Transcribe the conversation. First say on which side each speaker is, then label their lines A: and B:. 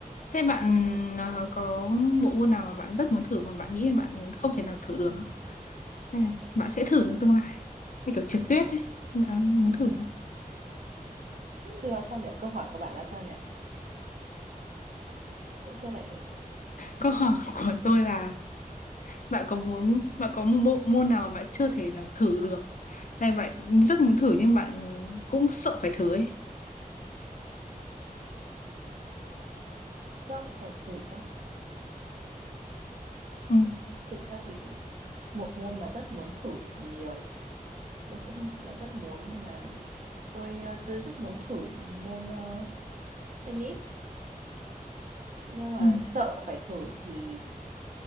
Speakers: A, on the left; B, on the right.
A: thế bạn ờ, có bộ môn nào mà bạn rất muốn thử mà bạn nghĩ là bạn không thể nào thử được không hay là bạn sẽ thử trong tương lai như kiểu trượt tuyết ấy bạn muốn thử không
B: Là sao nhỉ? Câu hỏi của bạn là sao nhỉ? Tại sao lại
A: câu hỏi của tôi là bạn có muốn bạn có một bộ môn nào mà bạn chưa thể nào thử được hay bạn rất muốn thử nhưng bạn cũng sợ phải thử ấy
B: Sợ phải thử á.
A: ừ.
B: Thực ra thì bộ môn mà rất muốn thử thì nhiều, nó cũng không hẳn là rất muốn, nhưng mà tôi, ơ, tôi rất muốn thử môn, ơ, tennis, nhưng mà
A: Ừ.
B: sợ phải thử thì